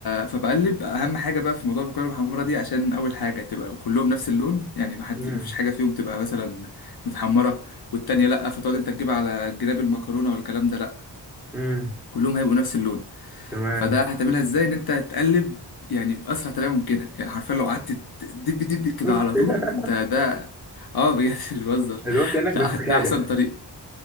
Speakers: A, on the left; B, in the centre.
A: فبقلب اهم حاجه بقى في موضوع المكرونه المحمره دي عشان اول حاجه تبقى كلهم نفس اللون يعني ما حد
B: امم
A: ما فيش حاجه فيهم تبقى مثلا متحمره والتانيه لا فتقعد انت تجيب على جناب المكرونه والكلام ده لا
B: امم
A: كلهم هيبقوا نفس اللون
B: تمام
A: فده هتعملها ازاي ان انت هتقلب يعني باسرع طريقه ممكنه يعني حرفيا لو قعدت دب دب كده
B: <laughs>
A: على طول انت ده اه بجد <laughs> مش بهزر
B: اللي هو كأنك بتتخانق
A: ده أح- ده احسن طريق